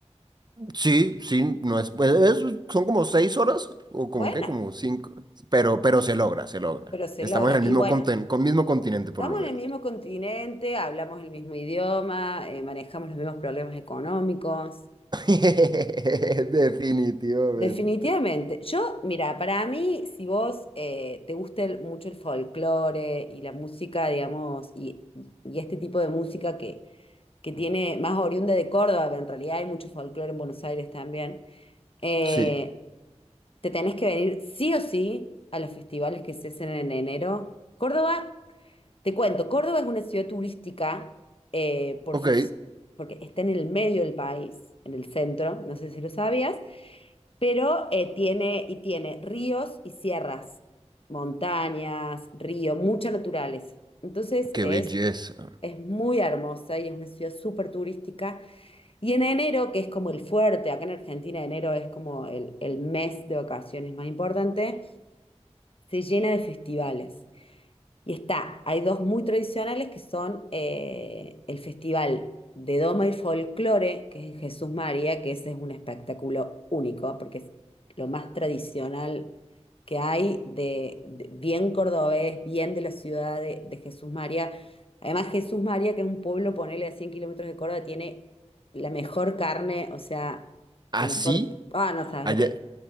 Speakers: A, on the right; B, on the left.
A: Sí, sí, no es, pues, es- son como seis horas o
B: Bueno,
A: como qué, como cinco, pero, pero se logra, se logra.
B: pero se
A: Estamos
B: logra.
A: en el
B: Y
A: mismo
B: bueno.
A: conten- con mismo continente
B: Estamos
A: por lo menos.
B: en el mismo continente, hablamos el mismo idioma, eh, manejamos los mismos problemas económicos.
A: <laughs> Definitivamente.
B: Definitivamente. Yo, mira, para mí, si vos eh, te gusta el- mucho el folclore y la música, digamos, y, y este tipo de música que, que tiene más oriunda de Córdoba, pero en realidad hay mucho folclore en Buenos Aires también, eh,
A: Sí.
B: te tenés que venir sí o sí a los festivales que se hacen en enero. Córdoba. Te cuento, Córdoba es una ciudad turística eh, por
A: Ok,
B: sus, porque está en el medio del país, en el centro, no sé si lo sabías, pero eh, tiene y tiene ríos y sierras, montañas, río, mucha naturaleza. Entonces
A: qué
B: es,
A: belleza.
B: es muy hermosa y es una ciudad súper turística. Y en enero, que es como el fuerte, acá en Argentina enero es como el, el mes de vacaciones más importante, se llena de festivales. Y está, hay dos muy tradicionales que son eh, el Festival de Doma y Folclore, que es en Jesús María, que ese es un espectáculo único, porque es lo más tradicional que hay, de, de- bien cordobés, bien de la ciudad de, de Jesús María. Además, Jesús María, que es un pueblo, ponele a 100 kilómetros de Córdoba, tiene la mejor carne, o sea,
A: Así,
B: la mejor... Ah, no sabes
A: allá.
B: lo que es.